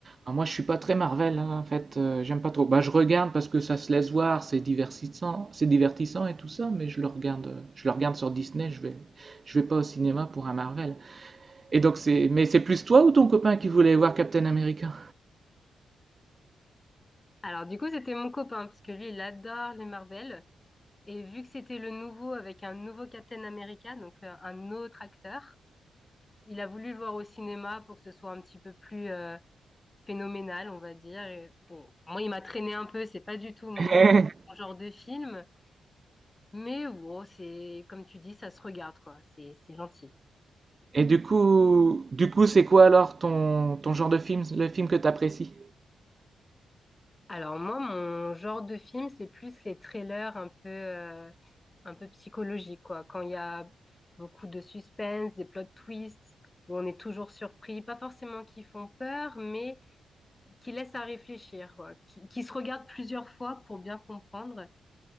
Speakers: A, on the right; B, on the left.
A: ah, moi je suis pas très Marvel, hein, en fait, euh, j'aime pas trop. Bah je regarde parce que ça se laisse voir, c'est divertissant, c'est divertissant et tout ça, mais je le regarde, euh, je le regarde sur Disney, je vais, je vais pas au cinéma pour un Marvel. Et donc c'est, mais c'est plus toi ou ton copain qui voulait voir Captain America?
B: Alors, du coup, c'était mon copain, parce que lui, il adore les Marvel. Et vu que c'était le nouveau, avec un nouveau Captain America, donc euh, un autre acteur, il a voulu le voir au cinéma pour que ce soit un petit peu plus euh, phénoménal, on va dire. Et, bon, moi, il m'a traîné un peu, c'est pas du tout mon
A: <laughs>
B: mon genre de film. Mais bon, c'est, comme tu dis, ça se regarde, quoi. C'est, c'est gentil.
A: Et du coup, du coup, c'est quoi alors ton, ton genre de film, le film que t'apprécies?
B: Alors moi, mon genre de film, c'est plus les trailers un peu, euh, un peu psychologiques, quoi. Quand il y a beaucoup de suspense, des plot twists, où on est toujours surpris, pas forcément qui font peur, mais qui laissent à réfléchir, quoi. Qui, qui se regardent plusieurs fois pour bien comprendre.